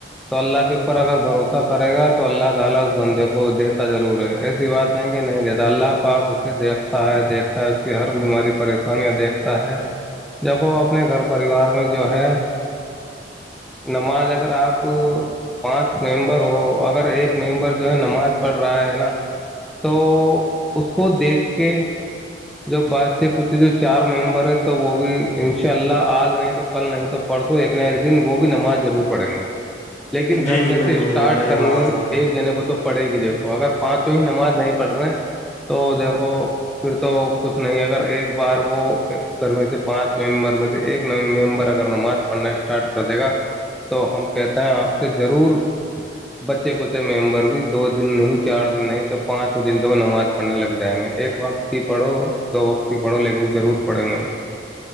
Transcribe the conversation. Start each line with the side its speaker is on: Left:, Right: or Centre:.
Centre: تو اللہ کے اگر بھروسہ کرے گا تو اللہ تعالی اس بندے کو دیتا ضرور ہے ایسی بات نہیں کہ نہیں دیتا اللہ پاک اسے دیکھتا ہے دیکھتا اس کی ہر بیماری پری انیہ دیکھتا ہے جب وہ اپنے گھر پریوار میں جو ہے نماز اگر آپ پانچ ممبر ہو اگر ایک ممبر جو ہے نماز پڑھ رہا ہے نا تو اس کو دیکھ کے جو بات سے جو چار ممبر ہے تو وہ بھی ان شاء اللہ آج نہیں تو کل نہیں تو پڑھ تو ایک نہ ایک دن وہ بھی نماز ضرور پڑیں گے لیکن
Left: جی
Centre: گھر
Left: جی
Centre: میں
Left: بالکل
Centre: سے اسٹارٹ
Left: بالکل صحیح
Centre: کرنی
Left: بات ہے بالکل
Centre: ایک جنے کو تو پڑے گی دیکھو اگر پانچوں ہی نماز نہیں پڑھ رہے تو دیکھو پھر تو کچھ نہیں اگر ایک بار وہ گھر میں سے پانچ ممبر میں سے ایک ممبر اگر نماز پڑھنا اسٹارٹ کر دے گا تو ہم کہتے ہیں آپ سے ضرور بچے بچے ممبر بھی دو دن نہیں چار دن نہیں تو پانچ دن تو وہ نماز پڑھنے لگ جائیں گے ایک وقت کی پڑھو دو وقت ہی پڑھو لیکن ضرور پڑھیں گے وہ